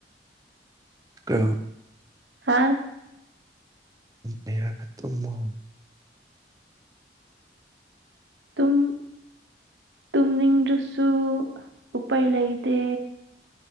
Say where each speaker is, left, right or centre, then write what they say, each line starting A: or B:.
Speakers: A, on the right; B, on the right.
A: ꯑꯥ
B: ꯍꯥꯥ
A: ꯒ ꯇꯨꯃꯣ
B: ꯇꯨꯝ ꯇꯨꯝꯅꯤꯡꯗꯔꯁꯨ ꯎꯄꯥꯏ ꯂꯩ ꯏ ꯇꯦ